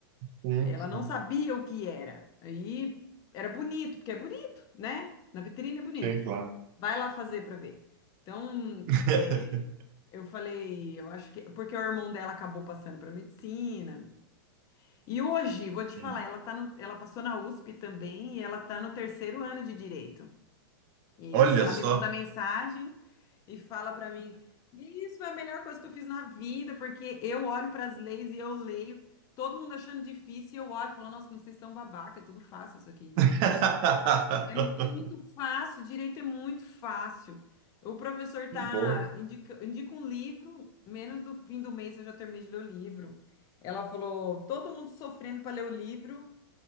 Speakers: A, on the right; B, on the left.
A: Sim,
B: Ela
A: sim.
B: não sabia o que era. Aí era bonito, porque é bonito, né? Na vitrine é bonito.
A: Sim, claro.
B: Vai lá fazer pra ver. Então,
A: <laughs>
B: é, eu falei, eu acho que porque o irmão dela acabou passando pra medicina. E hoje, vou te falar,
A: Uhum.
B: ela tá no, ela passou na USP também e ela tá no terceiro ano de direito. E
A: Olha
B: ela
A: só.
B: me manda mensagem e fala pra mim: Isso é a melhor coisa que eu fiz na vida, porque eu olho para as leis e eu leio, todo mundo achando difícil, e eu olho e falo: Nossa, como vocês são babaca, é tudo fácil isso aqui.
A: <laughs>
B: É muito fácil, direito é muito fácil. O professor tá
A: Que bom.
B: indica, indica um livro, menos do fim do mês eu já terminei de ler o livro. Ela falou: Todo mundo sofrendo para ler o livro.